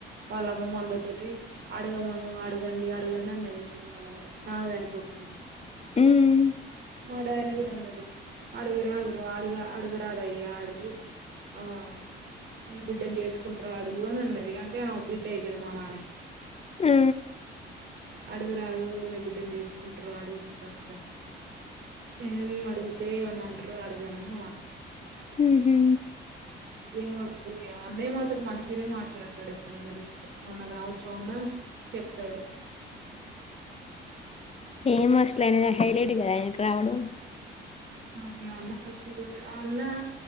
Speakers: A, on the right; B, on the left.
A: వాళ్ళమ్మమ్మ అందరి తోటి ఆడగమను అడగండి అడగండి అన్నది మొన్న వాళ్ళ నాన్న చనిపోక ముందు
B: మ్మ్
A: మా డాడీ నీ కూడా అన్నది అడగరాదు అడుగ అడగరాదయ అడుగు ఆ మీ బిడ్డని చేసుకుంటారు అడుగు అని అన్నది అంటే ఆమె బిడ్డ అవుతుది మా నాన్నకి
B: ఆ
A: అడుగురాదు వదిన బిడ్డని చేసుకుంటారు అడుగు రాదునింటే ఏమి అడుగుతే ఏవని అంటారు అడిగానని మన అ
B: ఉహు
A: ఏమోదు అన్న ఏమోతాడు మంచిగానే మాట్లాడతాడు ఎప్పుడనా కలిస్తే ఏమన్నా అవసరం ఉన్నా చెప్తాడు
B: ఏం అసలుయిన హైలైట్ కదా ఆయనకి రావడం
A: ఆ అన్న కష్టపడ్డు ఆ అన్న